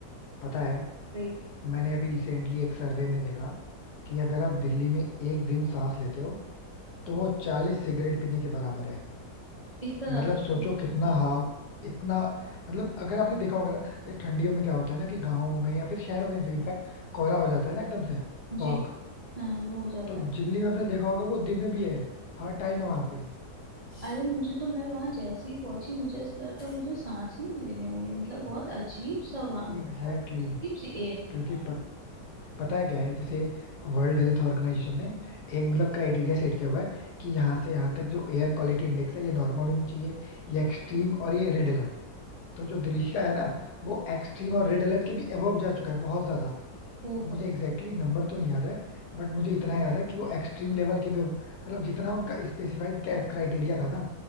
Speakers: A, on the left; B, on the right.
A: पता है
B: वही
A: मैंने अभी रिसेंटली एक सर्वे में देखा कि अगर आप दिल्ली में एक दिन सांस लेते हो तो वो चालीस सिगरेट पीने के बराबर है
B: इतना ज्यादा
A: मतलब सोचो
B: pollution
A: कितना
B: है।
A: हाँ इतना मतलब अगर आपने देखा होगा ना जैसे ठंडियों में क्या होता है ना कि गाँवों में या फिर शहरों में भी इनफैक्ट कोहरा हो जाता है ना एकदम से
B: जी
A: फॉग
B: हाँ वो हो जाता
A: तो दिल्ली
B: है
A: में आपने देखा होगा वो दिन में भी है हर टाइम है वहां पे
B: अरे मुझे तो मैं वहां जैसे ही पहुंची मुझे ऐसा लग रहा था मुझे सांस ही नहीं लेने हो रही मतलब बहुत अजीब सा वहां
A: Exactly
B: बहुत
A: exactly.
B: अजीब सी एयर थी
A: क्योंकि
B: वहां
A: पत,
B: पे
A: पता है क्या है जैसे वर्ल्ड हेल्थ ऑर्गेनाइजेशन ने एक मतलब क्राइटेरिया सेट किया हुआ है कि यहाँ से यहाँ तक जो एयर क्वालिटी इंडेक्स है ये नॉर्मल होनी चाहिए ये एक्सट्रीम और ये रेड अलर्ट तो जो दिल्ली का है ना वो एक्सट्रीम और रेड अलर्ट के भी अबव जा चुका है बहुत ज्यादा
B: ओवर
A: अब मुझे एग्जैक्टली exactly नंबर तो नहीं याद है बट मुझे इतना याद है कि वो एक्सट्रीम लेवल के भी मतलब जितना उनका स्पेसिफाइड क्राइटेरिया था ना